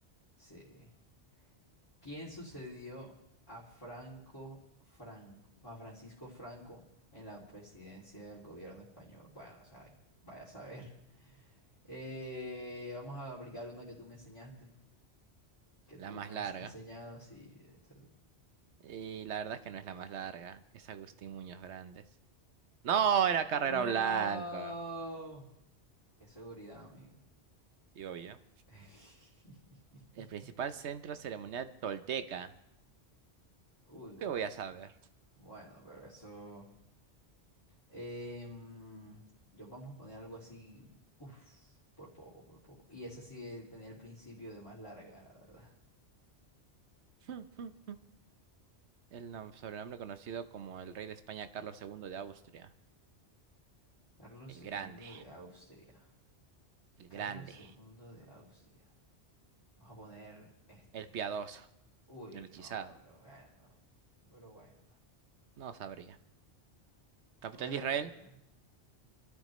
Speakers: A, on the left (about 20°); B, on the right (about 80°).
A: Sí. ¿Quién sucedió a Franco Franco, a Francisco Franco en la presidencia del gobierno español? Bueno, o sea, vaya a saber. <laughs> Eh, vamos a aplicar una que tú me enseñaste,
B: <laughs>
A: que tú
B: la más
A: me
B: larga.
A: has enseñado, sí. esa-
B: Y la verdad es que no es la más larga, es Agustín Muñoz Grandes. No, era Carrera
A: No.
B: Blanca.
A: Qué seguridad, amigo.
B: Y obvio.
A: <laughs>
B: El principal centro ceremonial tolteca.
A: Uy, bueno.
B: ¿Qué voy a saber?
A: Bueno, pero eso. em, yo vamos a poner algo así. Uf, por poco, por poco. Y esa sí tenía el principio de más larga, la verdad.
B: <laughs> El nom- sobrenombre conocido como el rey de España Carlos II de Austria.
A: Carlos
B: El
A: II
B: grande,
A: de Austria.
B: el
A: Carlos
B: grande,
A: II de Austria. Vamos a poner este.
B: el piadoso,
A: Uy,
B: el
A: no,
B: hechizado.
A: pero bueno. Pero bueno.
B: No sabría. Capital
A: ¿Cuál es
B: de
A: la
B: Israel.
A: capital?